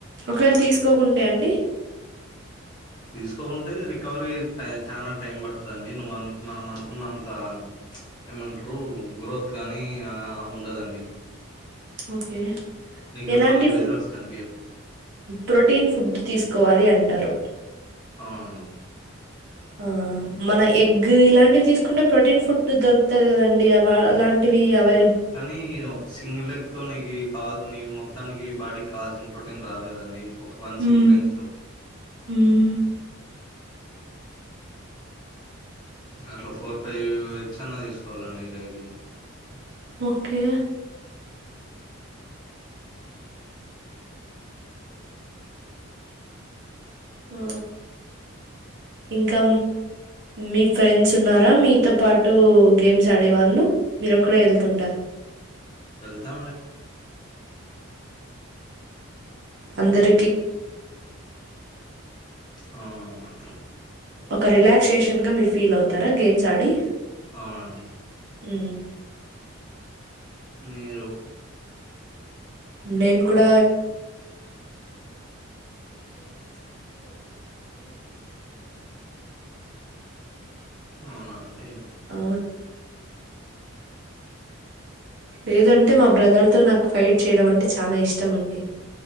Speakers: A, on the right; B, on the left.
A: ఒకవేళ తీసుకోకుంటే అండి
B: తీసుకోకుంటే రికవరి చాలా టైం పడుతుందిండి నువ్ అనుకున్న మనం అనుకున్నంత ఏమంటారు గ్రోత్ కానీ ఉండదండి.
A: ఓకే
B: నీకు
A: ఎలాంటి
B: మనకి
A: ఫుడ్
B: రిజల్ట్స్ కనిపియవు.
A: ప్రోటీన్ ఫుడ్ తీసుకోవాలి అంటారు
B: అవునండి
A: ఆ మన ఎగ్ ఇలాంటివి తీసుకుంటే ప్రోటీన్ ఫుడ్ దొరుకుతంది కదండి అ అలాంటివి అవ
B: కానీ ఒక సింగిల్ లెగ్ తో నీకు కాదు నీ మొం మొత్తానికి బాడీకి కాల్సన్ ప్రోటీన్ రాదు కదండి ఒక వన్ సింగ్లెన్
A: ఉమ్ ఉమ్
B: అట్లా ఫోర్ ఫైవ్ ఎగ్స్ అన్నా తీసుకోవాలండి డైలీ
A: ఓకే ఆ ఇంకా మీ ఫ్రెండ్స్ ఉన్నారా మీతో పాటు గేమ్స్ ఆడే వాళ్ళు మీరొకరేయ్ వెళ్తు
B: వెళ్తా
A: అందర
B: అవునవును
A: ఒక రిలాక్సేషన్ గా మీరు ఫీల్ అవుతారా గేమ్స్ ఆడి
B: అవునండి
A: ఉ
B: నేరు
A: నేన్ కూడ
B: అవునండి
A: అ లేదంటే మా బ్రదర్ తో నాకు ఫైట్ చేయడం అంటే చాలా ఇష్టం అండి